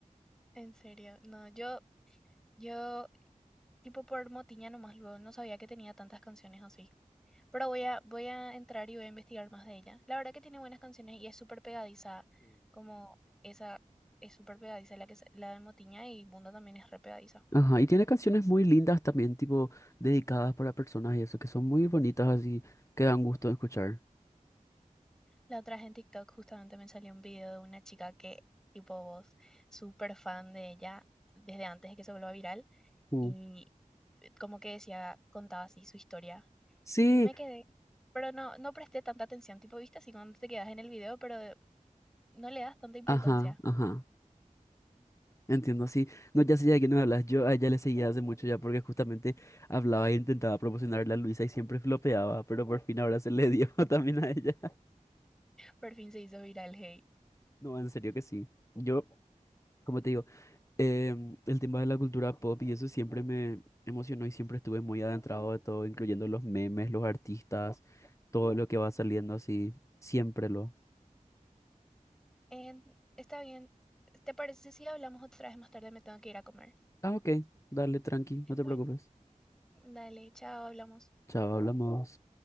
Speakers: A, in the centre; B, on the left (about 20°).
A: En serio. No, yo, yo, tipo por Motiña nomás luego no sabía que tenía tantas canciones así. Pero voy a, voy a entrar y voy a investigar más de ella. La verdad que tiene buenas canciones y es súper pegadiza, como esa es súper pegadiza la que se- la de Motiña y Bunda también es re pegadiza.
B: Ajá, y tiene canciones muy lindas también, tipo dedicadas para personas y eso, que son muy bonitas así, que dan gusto de escuchar.
A: La otra vez en TikTok justamente me salió un video de una chica que, tipo vos, súper fan de ella desde antes de que se vuelva viral
B: Mm.
A: y eh, como que decía, contaba así su historia
B: Sí,
A: y me quedé. Pero no, no presté tanta atención, tipo, viste así cuando te quedas en el video, pero no le das tanta importancia.
B: ajá, ajá, entiendo, sí. No, ya sé ya de quién me hablas, yo a ella le seguía hace mucho ya porque justamente hablaba e intentaba promocionarla a Luisa y siempre flopeaba, pero por fin ahora se le dio <laughs> también a ella.
A: Por fin se hizo viral, hey.
B: No, en serio que sí. Yo, como te digo, em, el tema de la cultura pop y eso siempre me emocionó y siempre estuve muy adentrado de todo, incluyendo los memes, los artistas, todo lo que va saliendo así, siempre lo.
A: En- está bien. ¿Te parece si hablamos otra vez más tarde? Me tengo que ir a comer.
B: Ah, ok, dale, tranqui,
A: Está
B: no te preocupes.
A: bien. Dale, chao, hablamos.
B: Chao, hablamos.